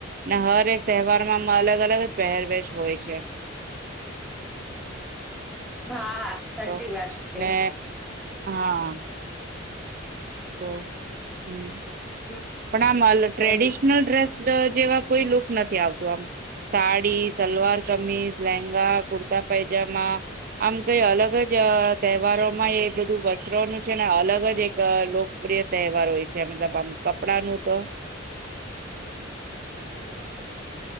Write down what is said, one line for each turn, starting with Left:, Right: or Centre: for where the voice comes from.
Right: ને હરેક તહેવાર માં અલગ અલગ જ પહેર હોય છે.
Centre: હા સાચી
Right: તો
Centre: વાત છે.
Right: ને હા. તો હમ.
Centre: હમ,
Right: પણ આમલ ટ્રેડિશનલ
Centre: એમ
Right: ડ્રેસ લ જેવા કોઈ લુક નથી આવતું આમ સાડી સલવાર કમીઝ લેંગા કુર્તા પૈજામા આમ કઈ અલગ જ તહેવારો માં એ બધું વસ્ત્રોનું છે ને અલગ જ એક લુક પ્રિય તહેવાર હોય છે મતલબ આમ કપડાનું તો.